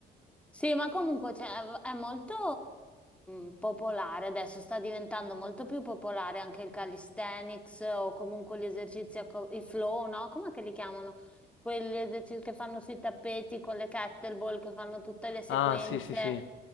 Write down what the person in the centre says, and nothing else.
Sì, ma comunque cioè, è è molto eh, popolare adesso, sta diventando molto più popolare anche il calisthenics o comunque gli esercizi, a co- i flow, no? Com'è che li chiamano? Quegli esercizi che fanno sui tappeti con le kettlebell, che fanno tutte le sequenze.